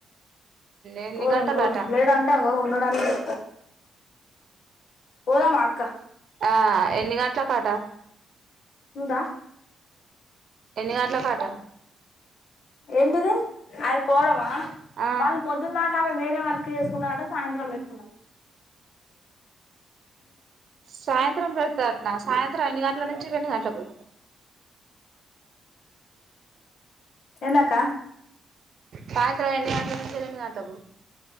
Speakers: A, on the right; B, on the left.
A: ఎన్ని
B: పోదం
A: గంటలట
B: పోదం లేడ అంటే అగొ ఉన్నడాని చె పోదామా అక్క
A: ఆ ఎన్ని గంట్లకాటా
B: ఉందా
A: ఎన్ని గంటలకాట
B: ఏంటిది అది పోదమా
A: ఆ
B: వాళ్ళు పొద్దుందాక ఆమె వేరే వర్క్ చేసుకుంట అడ సాయంత్రంబెట్కుందాం
A: సాయంత్రం పెడతదట్నా సాయంత్రం ఎన్ని గంటల నుంచి రెండు గంటలకు
B: ఎందక్క
A: సాయంత్రం ఎ న్ని గంట్ల నించి ఎన్ని గంట్లకు